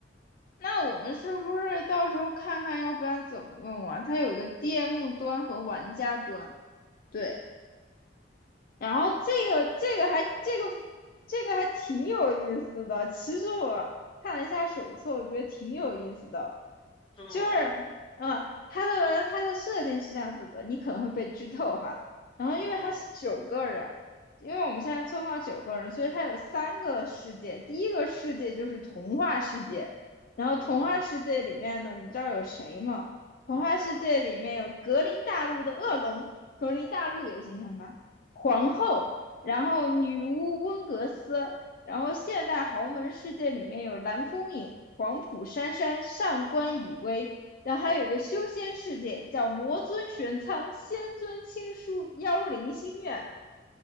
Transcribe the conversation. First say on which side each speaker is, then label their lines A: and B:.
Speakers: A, on the left; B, on the left.
A: 那我们是不是到时候看看，要不然怎么用啊？它有个 DM 端和玩家端。对，然后这个这个还这个这个还挺有意思的。其实我看了一下手册，我觉得挺有意思的。
B: 真的吗？
A: 就是呃，它的它的设定是这样子的，你可能会被剧透哈。然后因为它是九个人，
B: 嗯哼，
A: 因为我们现在抽到九个人，所以它有三个世界。第一个世界就是童话世界，然后童话世界里面的你知道有谁吗？
B: 嗯哼，
A: 童话世界里面有格林大陆的恶龙，
B: 有谁啊？
A: 格林大陆有形象吧？皇后，然后女巫温格斯，然后现代豪门世界里面有蓝风影、黄浦珊珊、上官雨薇，然后还有一个修仙世界叫魔尊玄苍、仙尊青书、妖灵心愿。